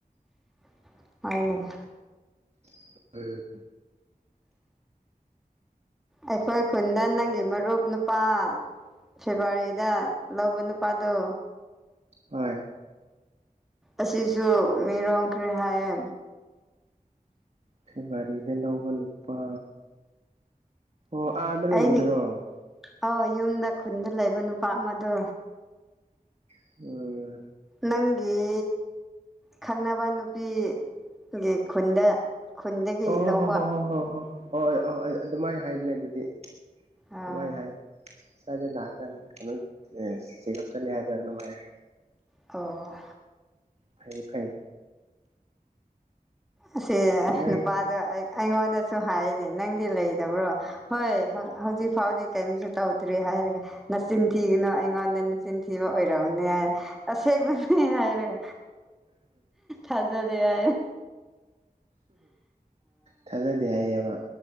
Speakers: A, in the centre; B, on the right.
A: <unintelligible> ꯍꯣꯏꯅꯦ
B: <unintelligible>
A: ꯑꯩꯈꯣꯏ ꯈꯨꯟꯗ ꯅꯪꯒꯤ ꯃꯔꯨꯞ ꯅꯨꯄꯥ ꯐꯦꯕꯋꯥꯔꯤꯗ ꯂꯧꯕ ꯅꯨꯄꯥꯗꯣ
B: ꯍꯣꯏ
A: ꯑꯁꯤꯁꯨ ꯃꯤꯔꯣꯡꯈ꯭ꯔꯦ ꯍꯥꯏꯌꯦ
B: ꯐꯦꯕꯋꯥꯔꯤꯗ ꯂꯧꯕ ꯅꯨꯄꯥ ꯑꯣ ꯑꯥꯗ ꯂꯩꯕꯗꯨꯔꯣ
A: ꯑꯩꯒꯤ ꯑꯧ ꯌꯨꯝꯗ ꯈꯨꯟꯗ ꯂꯩꯕ ꯅꯨꯄꯥ ꯑꯃꯗꯣ
B: <unintelligible>
A: ꯅꯪꯒꯤ ꯈꯪꯅꯕ ꯅꯨꯄꯤ ꯒꯤ ꯈꯨꯟꯗ ꯈꯨꯟꯗꯒꯤ
B: ꯑꯣ
A: ꯂꯧꯕ
B: ꯍꯣ ꯍꯣ ꯍꯣ ꯍꯣ ꯍꯣ ꯑꯣꯏ ꯑꯍꯣꯏ ꯑꯩ ꯑꯗꯨꯃꯥꯏꯅ ꯍꯥꯏꯕꯅꯦ ꯑꯗꯨꯗꯤ
A: ꯑꯥ
B: ꯑꯗꯨꯃꯥꯏꯅ ꯍꯥꯏꯌꯦ ꯁ꯭ꯋꯥꯏꯗ ꯂꯥꯛꯑꯀꯥꯟꯗ <unintelligible> ꯆꯦꯛꯒꯞ ꯆꯠꯂꯦ ꯍꯥꯏꯕ꯭ꯔꯥ ꯀꯩꯅꯣꯝ ꯍꯥꯏꯌꯦ
A: ꯑꯣ
B: ꯐꯩ ꯐꯩ
A: ꯑꯁꯤ
B: ꯅꯪ
A: ꯅꯨꯄꯥꯗꯣ ꯑꯩ ꯑꯩꯉꯣꯟꯗꯁꯨ ꯍꯥꯏꯅꯦ ꯅꯪꯗꯤ ꯂꯩꯗꯕ꯭ꯔꯣ ꯍꯣꯏ ꯍꯧ ꯍꯧꯖꯤꯛ ꯐꯥꯎꯗꯤ ꯀꯩꯏꯝꯖꯨ ꯇꯧꯗ꯭ꯔꯤ ꯍꯥꯏꯔꯒ ꯅꯆꯤꯟ ꯊꯤꯒꯅꯨ ꯑꯩꯉꯣꯟꯗ ꯅꯆꯤꯟ ꯊꯤꯕ ꯑꯣꯏꯔꯝꯃꯅꯦ ꯍꯥꯏ ꯑꯁꯦꯡꯕꯅꯦ ꯍꯥꯏꯔꯒ ꯊꯥꯖꯗꯦ ꯍꯥꯏ
B: ꯊꯥꯖꯗꯦ ꯍꯥꯏꯌꯦꯕ